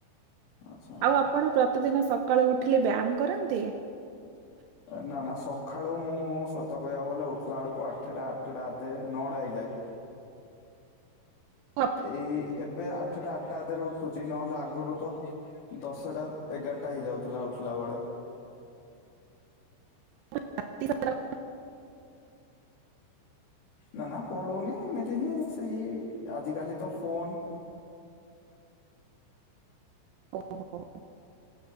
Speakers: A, on the left (about 85°); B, on the right (about 80°).
A: ଆଚ୍ଛା
B: ଆଉ ଆପଣ ପ୍ରତିଦିନ ସକାଳୁ ଉଠିଲେ ବ୍ୟାୟାମ କରନ୍ତି?
A: ନା ନା ସଖାଳୁ ମୁଁ ସତ କହିବାକୁ ଗଲେ ଉଠିଲା ବେଳକୁ ଆଠଟା ଆଠଟା ଆଧେ ନଟା ହେଇଯାଏ।
B: ଓ,
A: ଏଇ ଏବେ ଆଠଟା ଆଠଟା ଅଧେରୁ ଉଠୁଚି ନହେଲେ ଆଗରୁ ତ ଦଶଟା ଏଗାରଟା ହେଇଯାଉଥିଲା ଉଠିଲା ବେଳେ।
B: ଶ <inaudible>
A: ନା ନା ପଢ଼ୁନି ଏମିତି ହିଁ ସେଇ ଆଜିକାଲି ତ ଫୋନ୍
B: ଓହୋ